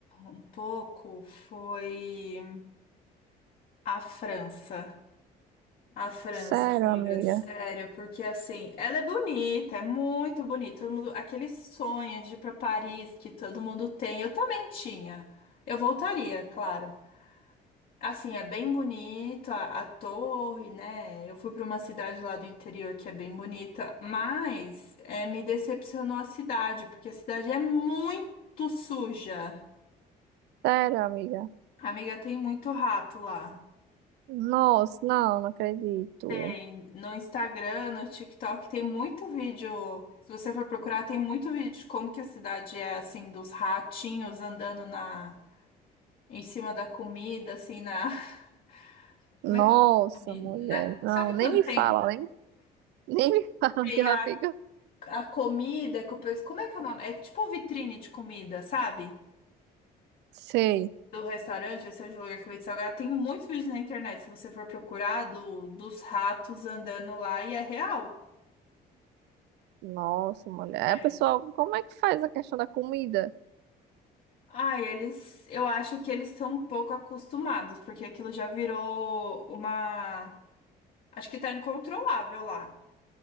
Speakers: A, on the left (about 60°); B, on the right (about 85°).
A: um pouco foi a França. A França,
B: Sério,
A: amiga,
B: amiga?
A: sério, porque assim, ela é bonita, é muito bonita. Todo mundo, aquele sonho de ir pra Paris que todo mundo tem, eu também tinha. Eu voltaria, claro. Assim, é bem bonito a, a torre, né? Eu fui pra uma cidade lá do interior que é bem bonita, mas é, me decepcionou a cidade, porque a cidade é muito suja.
B: Sério, amiga?
A: Amiga, tem muito rato lá.
B: Nossa, não, não acredito.
A: Tem no Instagram, no TikTok, tem muito vídeo. Se você for procurar, tem muito vídeo de como que a cidade é assim, dos ratinhos andando na em cima da comida, assim, na. <laughs>
B: Nossa,
A: Como é que é? o
B: mulher,
A: Na-
B: não,
A: Sabe
B: nem
A: quando
B: me fala,
A: tem,
B: nem, nem me <laughs> fala
A: tem
B: que ela
A: a,
B: fica.
A: a comida que o pessoal. Como é que é o nome? É tipo vitrine de comida, sabe?
B: Sei.
A: Do restaurante, esse é o lugar que vende salgado. Tem muitos vídeos na internet, se você for procurar, do, dos ratos andando lá e é real.
B: Nossa, mulher.
A: É.
B: É, pessoal, como é que faz a questão da comida?
A: Ai, eles, eu acho que eles são um pouco acostumados, porque aquilo já virou uma, acho que tá incontrolável lá.